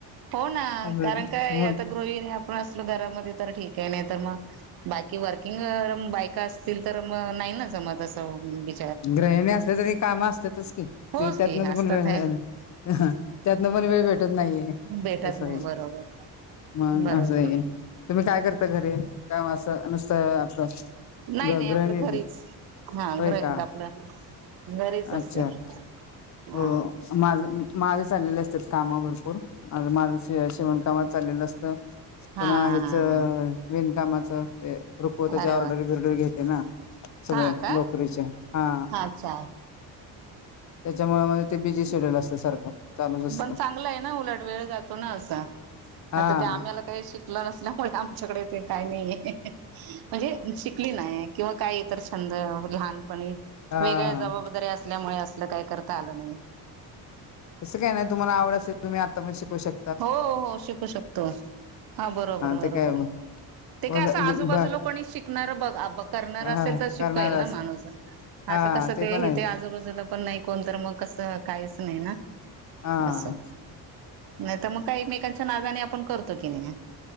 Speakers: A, on the right (about 60°); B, on the left (about 45°).
A: हो, ना.
B: अजून
A: कारण काय
B: मग
A: आता गृहीनी आपण असलो, घरामध्ये तर ठीकय. नाही तर मग बाकी वर्किंग बायका असतील तर, म नाही ना जमत असं बी
B: ग्रहिणी असल्या तरी, काम असतातच की?
A: होच
B: ते त्यातनच,
A: की असतात
B: <unintelligible>
A: हे
B: त्यातनं पण वेळ भेटत नाहीये. ठीकय.
A: भेटत
B: कसय,
A: नाही बरोबर
B: मग
A: बरोबर
B: असंय. तुम्ही काय करता घरी? का म असं, नुसतं आपलं
A: नाही,
B: ग
A: नाही
B: गृहिणीच
A: आपलं घरीच.
B: आहे.
A: हा
B: होय
A: गृही
B: का?
A: आपलं. घरीच असते.
B: अच्छा
A: हा
B: हो माझं- माझ चाललेले असतात काम भरपूर. मा माझं शे शिवणकामात चाललेलं असतं.
A: हा
B: पुन्हा
A: हा
B: ह्याचं
A: हा
B: विणकामाचं. हे रुकवताच्या
A: अरे
B: ऑर्डरी-बिर्डरी
A: वा
B: घेते ना. सगळे
A: हा का!
B: लोकरीच्या हा
A: अच्छा.
B: त्याच्यामुळे माझ ते बिझी शेड्यूल असतं सारखं. चालूच असतं
A: पण चांगलं आहे ना उलट वेळ जातो ना, असं.
B: हा.
A: आता ते आम्हाला काही शिकलं नसल्यामुळे आमच्याकडे ते काही नाहीये. म्हणजे शिकली नाय किंवा काही इतर छंद. लहानपणी,
B: हा
A: वेगळ्या जबाबदाऱ्या अस ल्यामुळे असलं काय करता आलं नाही.
B: तस काही नाही. तुम्हाला आवड असेल तुम्ही आता पण शिकू शक
A: हो, हो, हो. शिकू शकतो. हा, बरोबर,
B: ते
A: बरोबर.
B: काय
A: ते
B: बर
A: काय असं आजूबाजूला कोणी शिकणारं बघ आ बघ करणारं
B: हा
A: असेल तर शिकेल
B: करणारच
A: ना माणूस.
B: हा
A: आता कसं ते
B: पण आहे
A: हिते आजूबाजूला पण नाही कोण तर मग कसं, काहीच नाही ना.
B: हां.
A: असं नाही तर मग काय, एकमेकांच्या नादाने आपण करतो की नाही?